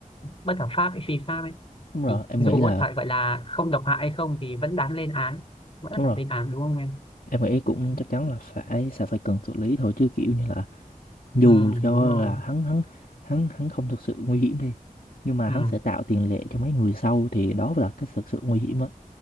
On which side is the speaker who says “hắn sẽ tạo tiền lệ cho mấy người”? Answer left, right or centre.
Left